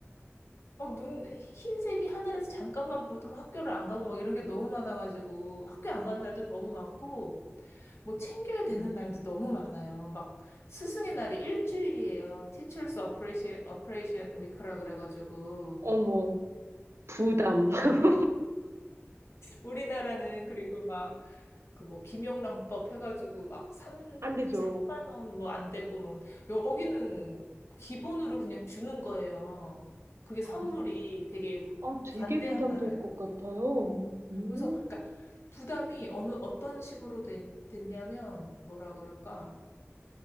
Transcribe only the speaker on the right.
음.
어머, 부담. <laughs>
안 되죠.
아,
아, 되게
부담될
것 같아요. 음,